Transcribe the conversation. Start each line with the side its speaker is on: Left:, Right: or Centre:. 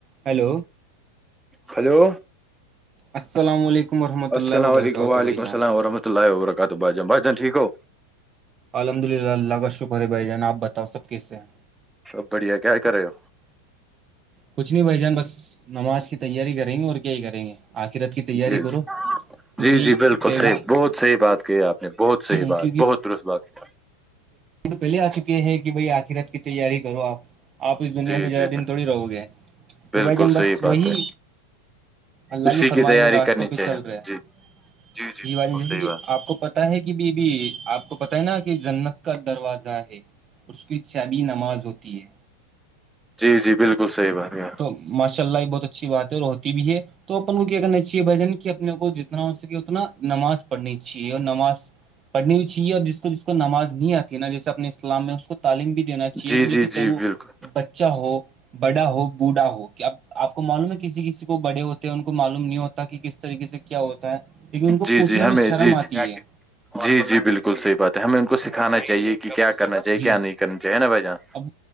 Right: Hello
Centre: hello
Right: السلام علیکم ورحمۃ اللہ
Centre: السلام
Right: وبرکاتہ
Centre: علیکم وعلیکم
Right: بھائی جان
Centre: السلام ورحمۃ اللہ وبرکاتہ بھائ جان بھائی جان ٹھیک ہو
Right: الحمد للہ اللہ کا شکر ہے بھائی جان آپ بتاؤ سب کیسے ہیں
Centre: سب بڑھیا کیا کر رہے ہو
Right: کچھ نہیں بھائی جان بس نماز کی تیاری کریں گے اور کیا ہی کریں گے آخرت کی تیاری
Centre: جی
Right: کرو کیونکہ
Centre: جی جی بالکل
Right: پیگا
Centre: صحیح بہت صحی بات کہ ہے آپ نے بہت صحیح
Right: کیونکہ
Centre: بات بہت درست بات کی
Right: پہلے آ چکے ہے کہ بھائی آخر رات کی تیاری کرو آپ آپ اس دنیا
Centre: جی
Right: میں زیادہ
Centre: جی
Right: دن تھوڑی رہو گے تو
Centre: بالکل
Right: بھائی جان بس
Centre: صحیح بات
Right: وہی
Centre: ہے
Right: اللہ
Centre: اسی
Right: کی فرمائے
Centre: تیاری
Right: ہوئے راستوں
Centre: کرنی
Right: پہ
Centre: چاہیے
Right: چل
Centre: ہمیں
Right: رہے ہیں
Centre: جی جی جی
Right: یہ باتیں
Centre: بالکل
Right: جیسے
Centre: صحیح
Right: کہ
Centre: بات
Right: آپ کو پتا ہے کہ بی بیی آپ کو پتا ت نا کہ جنت کا دروازہ ہے اس کی چبی نماز ہوتی ہے
Centre: جی جی بالکل صحیح بھیا
Right: تو ماشاء اللہ یہ بہت اچھی بات ہے اور ہوتی بھی ہے تو اپن کو کیا کرنا چاہیے بھ جن کہ اپنے کو جتنا ہو سکے اتنا نماز پڑھنی چاہیے اور نماز پڑنی بھی چاہیے اور جس کو جس کو نماز نہیں آتی نا جیسے اپنے اسلام میں اس کو تعلیم بھی دینا چاہیے
Centre: جی
Right: بلکہ
Centre: جی
Right: چاہے
Centre: جی
Right: وہ
Centre: بالکل
Right: بچہ ہو بڑا ہو بوڑا ہو اب آپ کو معلوم ہے کسی کسی کو بڑے ہوتے ہیں ان کو معلوم نہیں ہوتا کہ کس طریقے سے کیا ہوتا ہے کیونہ ان کو
Centre: جی
Right: پوچھنے
Centre: جی ہمیں
Right: میں شرم
Centre: جی جی
Right: آتی ہے
Centre: جی جی بالکل صحیح بات ہے ہمیں ان کو سکھانا چاہیے کہ کیا کرنا چاہیے
Right: جی
Centre: کیا
Right: جی
Centre: نہیں کرنا چاہے نا بھائی جان
Right: اب